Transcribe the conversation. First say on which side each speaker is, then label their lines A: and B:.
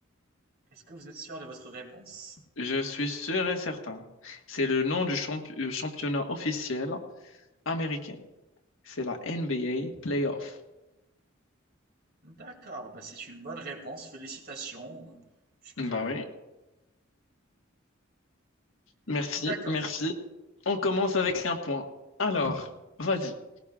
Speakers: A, on the right; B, on the left.
A: Est-ce que vous êtes sûr de votre réponse?
B: Je suis sûr et certain. C'est le nom du champ- euh, championnat officiel américain. C'est la NBA Playoff.
A: D'accord, bah c'est une bonne réponse, félicitations. Puisque...
B: Bah oui, merci,
A: D'accord.
B: merci. On commence avec un point. Alors, vas-y.